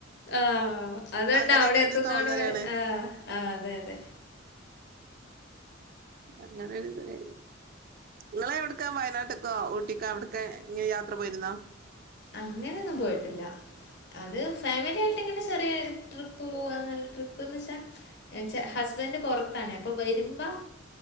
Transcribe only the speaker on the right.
അങ്ങനെയൊക്കെ
ഒരു തോന്നലാണ്
അങ്ങനെ ഒരുരുന്ന കാര്യം നിങ്ങള് എവ്ട്ക്കാ വയനാട്ട്ക്കാ ഊട്ടിക്കാ അവ്ട്ക്കാ ഇങ്ങനെ യാത്ര പോയിര്ന്നോ?